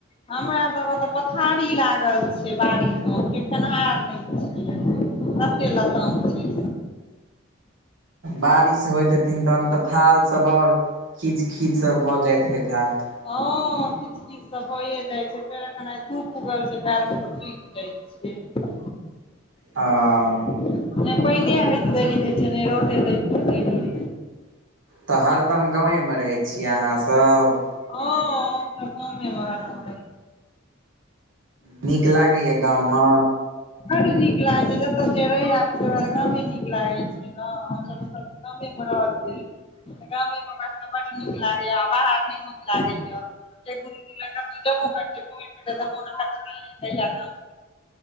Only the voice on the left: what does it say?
हमरा सब के तऽ पथारी लागल छै बाड़ी मे, केयो खेनहार नय छै। कते लताम छियै?
हँ खीच खीच। से भये जाय छै फेर एखन आय धूप उगल छै काल्हि से तऽ सुइख जाय छै।
नय पनिये होयत देरी होइ छै ने रौदे होयत देरीहोयत छै।
हंँ हम तऽ गामें मे हरदम रहै छी।
बड्ड नीक लागै छै जबतख जे रहिए आब गामें नीक लागे छै। हंँ हम सब तऽ गामें मे रहल छी। तऽ गामेमे हमरा सबके बड्ड नीक लागैये आ बाहर नय, नीक लागै य एक दु दिन लऽ कतौ जेबो करै छियै घुमै फिरै ल तऽ मन अक्छ लागै ये जे कहिया गाम